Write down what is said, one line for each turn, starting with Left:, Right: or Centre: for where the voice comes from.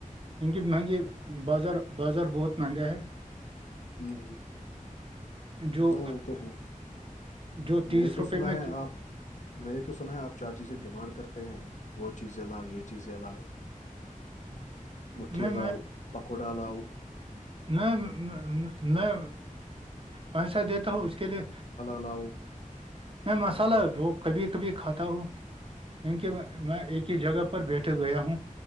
Right: انک مہنگی بازار بازار بہت مہنگا ہے
Left: ہوں،
Right: جو
Left: ہاں وہ تو ہے
Right: جو تیس
Left: میں نے تو
Right: روپے
Left: سنا
Right: میں
Left: ہے آپ میں نے تو سنا ہے آپ چار چیزیں ڈیمانڈ کرتے ہیں وہ چیزیں لاؤ یہ چیزیں لاؤ مٹھی
Right: نہیں
Left: لؤ پکوڑا لؤ
Right: نہیں میں پیسہ دیتا ہوں اس کے لیے
Left: پلاؤ
Right: میں مسالہ وہ کبھی کبھی کھاتا ہوں کیونکہ میں ایک ہی جگہ پر بیٹھا گیا ہوں